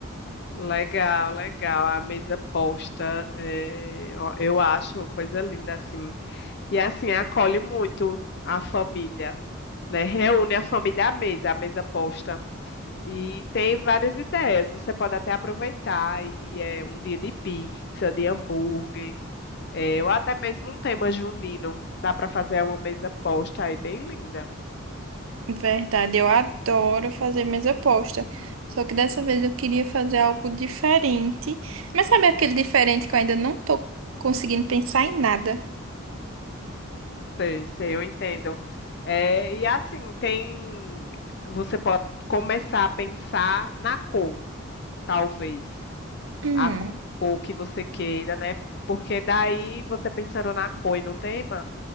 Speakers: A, on the left (about 55°); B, on the right (about 80°).
A: Legal, legal. A mesa posta, é, ó, eu acho uma coisa linda assim. E assim, acolhe muito a família, né? Reúne a família à mesa, a mesa posta. E tem várias ideias. Você pode até aproveitar e é um dia de pizza, de hambúrguer, é, ou até mesmo um tema junino. Dá para fazer uma mesa posta aí bem linda.
B: Verdade, eu adoro fazer mesa posta. Só que dessa vez eu queria fazer algo diferente. Mas sabe aquele diferente que eu ainda não tô conseguindo pensar em nada?
A: Sei, sei, eu entendo. É, e assim, tem. Você pode começar a pensar na cor, talvez.
B: Hum,
A: A cor que você queira, né? Porque daí você pensando na cor e no tema.